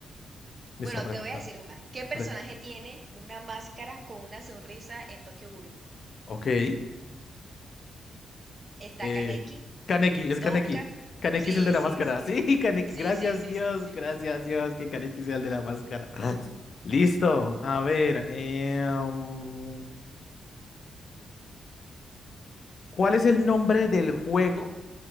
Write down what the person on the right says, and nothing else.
Bueno,
te voy a decir una. ¿Qué personaje
tiene una máscara con una sonrisa en Tokyo Ghoul?
¿Está
Kaneki?
¿Touka?
Sí,
sí,
sí,
sí.
Sí,
sí, sí,
sí, sí.
O